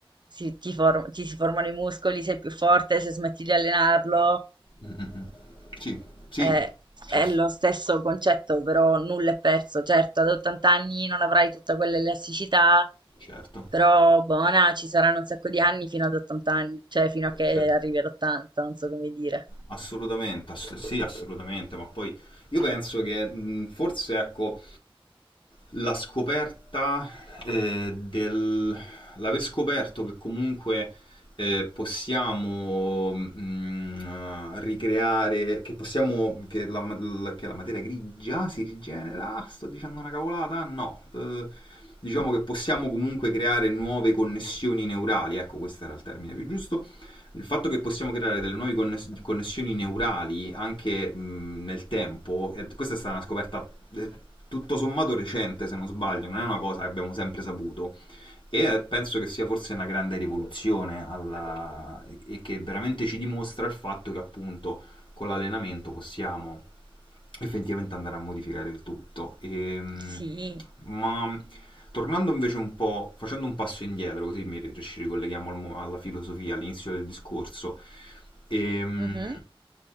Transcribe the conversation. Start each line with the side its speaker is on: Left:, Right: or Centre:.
Right: si- ti, form- ti si formano i muscoli, sei più forte, se smetti di allenarlo
Left: mm, mm, mm. sì, sì,
Right: è, è
Left: ass-
Right: lo stesso concetto, però nulla è perso. Certo, ad 80 anni non avrai tutta quell'elasticità,
Left: Certo,
Right: però buona, ci saranno un sacco di anni fino ad 80 anni, cioè fino a che
Left: certo.
Right: arrivi ad 80, non so come dire.
Left: Assolutamente, ass- sì, assolutamente, ma poi io penso che mh, forse ecco la scoperta eh, del l'aver scoperto che comunque eh, possiamo mh, ricreare, che possiamo che la, la- che la materia grigia si rigenera, sto dicendo una cavolata? No, eh, diciamo che possiamo comunque creare nuove connessioni neurali, ecco, questo era il termine più giusto Il fatto
Right: Mhm.
Left: che possiamo creare delle nuove conness- connessioni neurali anche mh, nel tempo, e questa è stata una scoperta eh, tutto sommato recente, se non sbaglio, non è una cosa che abbiamo sempre saputo e eh, penso che sia forse una grande rivoluzione alla- e che veramente ci dimostra il fatto che appunto con l'allenamento possiamo effettivamente andare a modificare il tutto. Ehm,
Right: Sì.
Left: ma tornando invece un po', facendo un passo indietro, così mi, ri- ci ricolleghiamo al mo- alla filosofia, all'inizio del discorso. Ehm,
Right: Mhm.